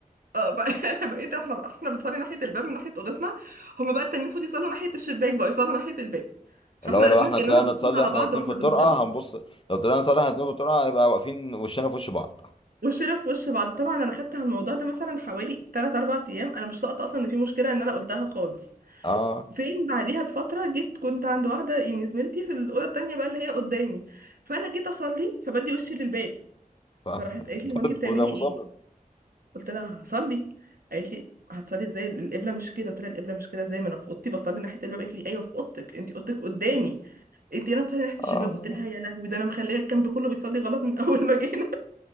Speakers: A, on the right; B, on the left.
A: اه بقى <laughs> انا بقيت احنا احنا بنصلي ناحيه الباب من ناحيه اوضتنا هم بقى التانيين المفروض يصلوا ناحيه الشباك بقى يصلوا ناحيه الباب فاحنا
B: اللي هو لو
A: الاتنين
B: احنا
A: كاننا
B: طلعنا
A: باصين
B: نصلي
A: على
B: احنا
A: بعض
B: الاتنين
A: واحنا
B: في الطرقه
A: بنصلي
B: هنبص لو طلعنا نصلي احنا الاتنين في الطرقه هيبقى واقفين وشنا في وش بعض
A: وشنا في وش بعض طبعا انا خدت على الموضوع ده مثلا حوالي 3 4 ايام انا مش لاقطه اصلا ان في مشكله ان انا قلتها خالص
B: اه
A: فين بعديها بفتره جيت كنت عند واحده يعني زميلتي في الاوضه التانيه بقى اللي هي قدامي فانا جيت اصلي فبدي وشي للباب
B: ف-
A: فراحت
B: <laughs>
A: قالت لي هو انت بتعملي
B: وده مصمم
A: ايه قلت لها هصلي قالت لي هتصلي ازاي القبله مش كده قلت لها القبله مش كده ازاي ما انا في اوضتي بصلي ناحيه الباب قالت لي ايوه في اوضتك انت اوضتك قدامي انت هنا تصلي ناحيه الشباك
B: اه
A: قلت لها يا لهوي ده انا مخليه الكامب كله بيصلي غلط من <laughs> اول ما جينا